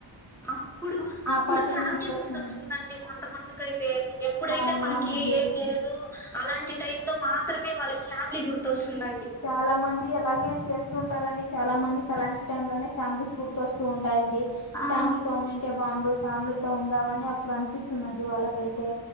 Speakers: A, in the centre; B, on the left.
A: అప్పుడు అప్పుడు
B: పాటికి
A: ఫ్యామిలీ
B: నేను ఉండొచ్చని
A: గుర్తొస్తుందండి కొంతమందికి అయి తే ఎప్పుడైతే
B: అవునవునండి
A: మనకి ఏం లేదు అలాంటి టైమ్ లో మాత్రమే వాళ్ళకి ఫ్యామిలీ గుర్తొస్తుంది
B: చాలా మంది ఇది అలాగే చేస్తూ ఉంటారండి చాలా మందికి అలాంటి టైమ్ లోనే ఫ్యామిలీస్ గుర్తొస్తూ ఉంటాయండి
A: ఆ
B: ఫ్యామిలీతో ఉంటే బాగుండు ఫ్యామిలీతో ఉందామని అప్పుడు అనిపిస్తుందండి వాళ్ళకైతే